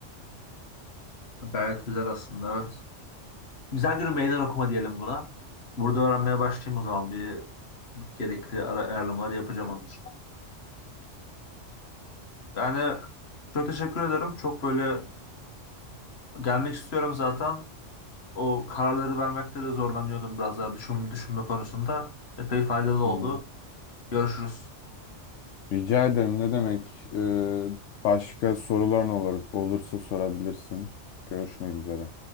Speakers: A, on the left; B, on the left.
A: Gayet güzel aslında evet. Güzel bir meydan okuma diyelim buna. Burada öğrenmeye başlayayım o zaman bir gerekli ara ayarlamaları yapacağım onun için. Yani çok teşekkür ederim. Çok böyle gelmek istiyorum zaten. o kararları vermekte de zorlanıyordum biraz daha düşün, düşünme konusunda. Epey faydalı
B: Hmm.
A: oldu. Görüşürüz.
B: Rica ederim ne demek? E, başka soruların olur, olursa sorabilirsin. Görüşmek üzere.